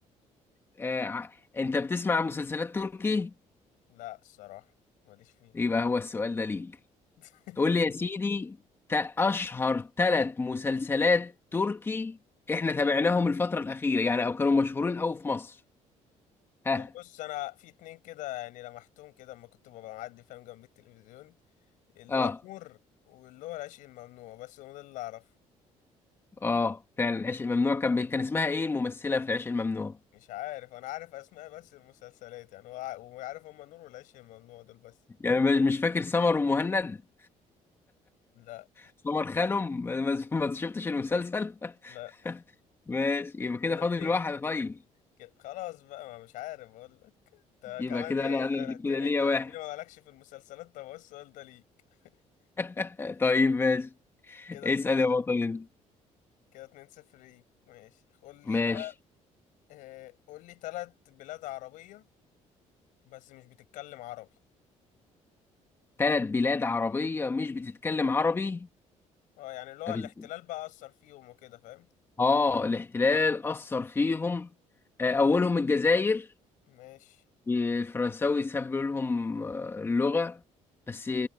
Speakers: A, on the left; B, on the left.
A: آه ع- انت بتسمع مسلسلات تركي
B: لا الصراحة ماليش فيه
A: يبقى هو السؤال ده ليك
B: <laughs>
A: تقول لي يا سيدي تا- اشهر ثلاث مسلسلات تركي احنا تابعناهم الفترة الأخيرة يعني او كانوا مشهورين قوي في مصر ها
B: هو بص انا في اتنين كده يعني لمحتهم كده اما كنت ببقى معدي فاهم جنب التلفزيون اللي
A: اه
B: هو النور واللي هو العشق الممنوع بس هو ده اللي اعرفه
A: اه فعلا العشق الممنوع كان بي... كان اسمها ايه الممثلة في العشق الممنوع
B: مش عارف انا عارف اسماء بس المسلسلات يعني هو وعارف هما النور والعشق الممنوع دول بس
A: يعني مش مش فاكر سمر ومهند
B: لا
A: سمر خانم <laughs> ما ما- ما شفتش المسلسل
B: لا
A: <laughs> ماشي
B: <laughs>
A: يبقى
B: كده
A: كده فاضل
B: اتنين
A: واحد طيب
B: كده خلاص بقى ما مش عارف اقول لك انت
A: يبقى
B: كمان
A: كده
B: ايه
A: انا
B: زنقتني
A: انا اللي كده ليا
B: انت
A: واحد
B: قلت لي ما مالكش في المسلسلات طب هو السؤال ده ليك <laughs>
A: <laughs> طيب ماشي
B: كده
A: اسأل
B: 2 0
A: يا بطل انت
B: كده 2 0 ليك ماشي قول لي
A: ماشي
B: بقى آه، قول لي ثلاث بلاد عربية بس مش بتتكلم عربي
A: ثلاث بلاد عربية مش بتتكلم عربي
B: اه يعني اللي هو
A: أبي-
B: الاحتلال بقى أثر فيهم وكده فاهم
A: اه الاحتلال أثر فيهم آه، أولهم الجزائر
B: ماشي
A: آه، الفرنساوي ساب لهم آه، اللغة بس